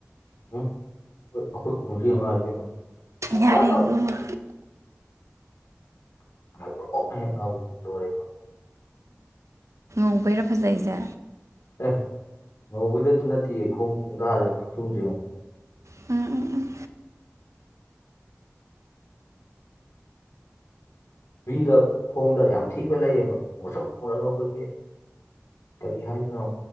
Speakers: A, on the left; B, on the right.
A: ꯎꯝ ꯑꯩꯈꯣꯢ ꯑꯩꯈꯣꯏ ꯈꯣꯡꯖ ꯌꯦꯡꯉꯨ ꯂꯥꯎ ꯏꯕꯦꯝꯃ ꯐꯖꯒ꯭ꯔꯕ
B: ꯌꯥꯔꯦ ꯏꯕꯨꯡꯉꯣ
A: ꯉꯧꯔꯣꯛ ꯍꯦꯛ ꯉꯧꯏ ꯂꯣꯢꯔꯦ ꯃ
B: ꯉꯧꯕꯩꯔꯥ ꯐꯖꯩꯖꯦ
A: ꯑꯦ ꯉꯧꯕꯩꯗꯁꯨ ꯅꯠꯇꯦꯌꯦ ꯈꯣꯡ ꯈꯣꯡꯗꯁꯦ ꯈꯨꯆꯨꯝꯁꯦ ꯌꯦꯡꯉꯨ
B: ꯎꯝ ꯎꯝ ꯎꯝ
A: ꯃꯤꯗ ꯈꯣꯡꯗ ꯌꯥꯝ ꯊꯤꯕ ꯂꯩꯌꯦꯕ ꯃꯣꯠꯁꯛ ꯎꯔꯒ ꯑꯩꯈꯣꯏꯒꯤ ꯀꯔꯤ ꯍꯥꯏꯗꯅꯣ